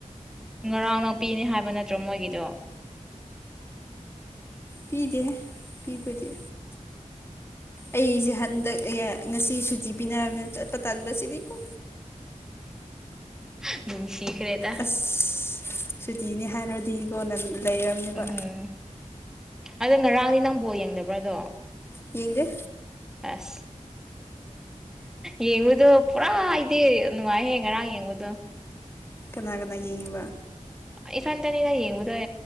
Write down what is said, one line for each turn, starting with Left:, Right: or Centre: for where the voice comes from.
Centre: ꯉꯔꯥꯡ ꯅꯥꯄꯤꯅꯤ ꯍꯥꯏꯕ ꯅꯠꯇ꯭ꯔꯣ ꯃꯣꯏꯒꯤꯗꯣ
Left: ꯄꯤꯗꯦ ꯄꯤꯕꯗꯤ ꯑꯩꯁꯦ ꯍꯟꯗꯛ ꯉꯁꯤ ꯁꯨꯇꯤ ꯄꯤꯅꯔꯕꯅꯤꯅ ꯆꯠꯄ ꯇꯥꯟꯕꯕꯁꯤꯗꯤ ꯀ
Centre: ꯑꯗꯨꯝ ꯁꯤꯤꯈꯔꯦ ꯇ
Left: ꯑꯁ ꯁꯨꯇꯤꯅꯤ ꯍꯥꯏꯅꯔꯗꯤꯀꯣꯟꯅ ꯂꯩꯔꯝꯃꯤꯕ
Centre: ꯎꯝ ꯑꯗꯣ ꯉꯔꯥꯡꯅꯤ ꯅꯪꯐꯥꯎ ꯌꯦꯡꯗꯕ꯭ꯔꯥꯗꯣ
Left: ꯌꯦꯒ
Centre: ꯑꯁ ꯌꯦꯉꯗꯨ ꯄꯨꯔꯥ ꯍꯥꯏꯗꯦ ꯅꯨꯡꯉꯥꯏꯍꯌꯦꯦ ꯉꯔꯥꯡ ꯌꯦꯡꯕꯗꯣ
Left: ꯀꯅꯥ ꯀꯅꯥ ꯌꯦꯉꯕ
Centre: ꯏ ꯐꯟ ꯇꯅꯤꯗ ꯌꯦꯡꯉꯨꯗꯣꯏ